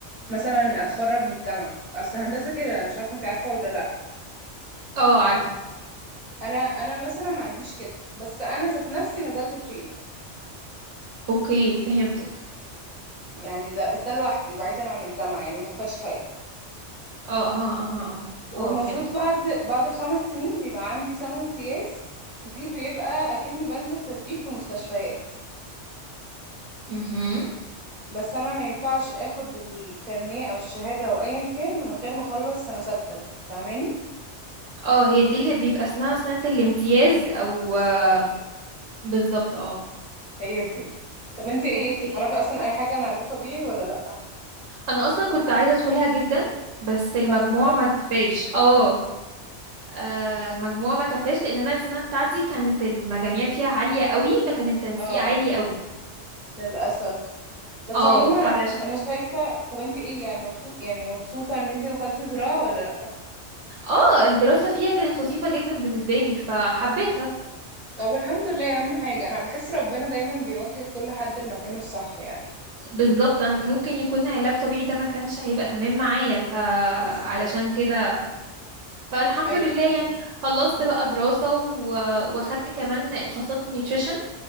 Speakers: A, on the right; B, on the right.
A: مثلا اتخرج من الجامعه اصل هندسه كده مش عارفه انت عارفه ولا لا
B: اه عارفة
A: انا انا مثلا ما عنديش كده بس انا ذات نفسي نزلت تريننج
B: اوكي فهمتك
A: يعني ده بس ده لوحدي بعيدا عن الجامعه يعني ما فيهاش حاجه
B: اه ها اه اه
A: ومفروض
B: اه فهمت
A: بعد بعد الخمس سنين بيبقى عندي سنة امتياز دي بيبقى أكني بنزل تدريب في مستشفيات
B: مهم.
A: بس أنا ما ينفعش أخد الكارنيه أو الشهادة أو أيا كان من غير ما أخلص سنة ستة دي فاهماني؟
B: اه هي دي اللي بيبقى اسمها سنة الامتياز او
A: بالظبط
B: آم، بالظبط اه
A: هي دي طب انتي ايه
B: اوكي
A: تعرفي أصلا أي حاجة عن علاج طبيعي ولا لأ؟
B: انا اصلا كنت عايزه ادخلها جدا بس
A: بتهزري
B: المجموع ما كفاش اه آه، مجموع ما كفاش لان انا السنه بتاعتي كانت المجاميع فيها عاليه قوي فكان التنسيق
A: اه
B: عالي قوي
A: للأسف بس
B: اه
A: عموما
B: فعلشان
A: أنا شايفة طب انتي ايه يعني مبسوط يعني مبسوطة إن انتي دخلتي زراعة ولا لأ؟
B: اه الدراسه فيها كانت لطيفه جدا بالنسبه لي فحبيتها
A: طب الحمد لله اهم حاجة انا بحس ربنا دايما بيوجه كل حد لمكانه الصح يعني
B: بالظبط أنا ممكن يكون علاج طبيعي ده ما كانش هيبقى تمام معايا فعلشان
A: بالظبط
B: كده فالحمد
A: ايوه
B: لله
A: فاهمك
B: يعني خلصت بقى دراسه و... وخدت كمان اتخصصت نيوتريشن